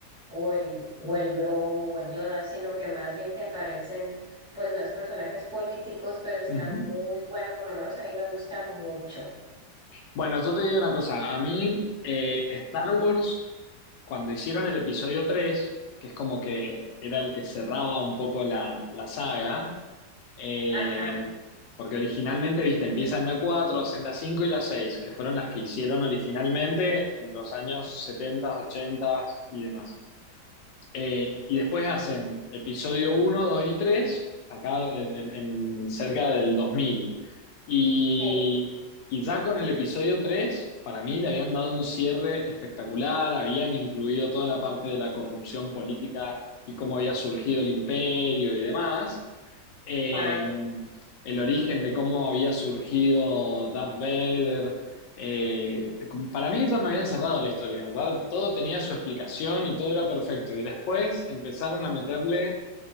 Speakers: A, in the centre; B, on the left.
A: o el, o el Grogu o el Yoda, sino que más bien te aparecen pues más personajes políticos, pero está
B: ujú.
A: muy bueno, por lo menos a mí me gusta mucho.
B: Bueno, yo te digo una cosa, a mí eh, Star Wars, cuando hicieron el episodio 3, que es como que era el que cerraba un poco la, la saga, eh,
A: Ajá,
B: porque originalmente, viste, empieza en la 4, hacen la 5 y la 6, que fueron las que hicieron originalmente en los años 70, 80 y demás. Eh, y después hacen episodio uno, 2 y 3 acá en, en- en cerca del 2000. Y,
A: sí,
B: y ya con el episodio 3 para mí le habían dado un cierre espectacular, habían incluido toda la parte de la corrupción política y cómo había surgido el imperio y demás eh,
A: ah,
B: el origen de cómo había surgido Darth Vader. eh, para mí ya me habían cerrado la historia, ya todo tenía su explicación y todo era perfecto. Y después empezaron a meterle